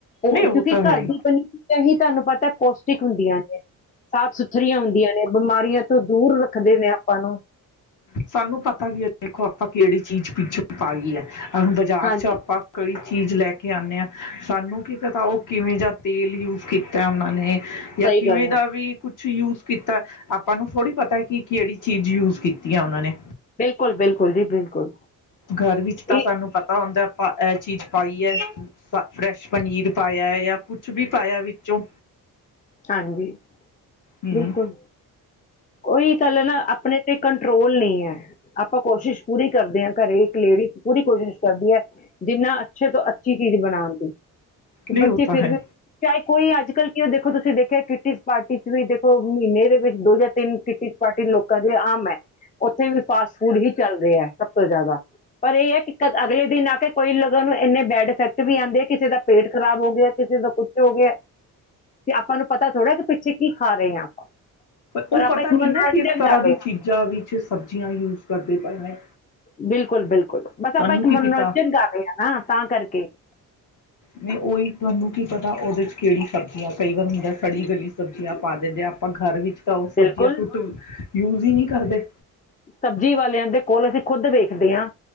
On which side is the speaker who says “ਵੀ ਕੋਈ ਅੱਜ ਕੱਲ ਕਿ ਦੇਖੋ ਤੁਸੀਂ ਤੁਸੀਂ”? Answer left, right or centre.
Left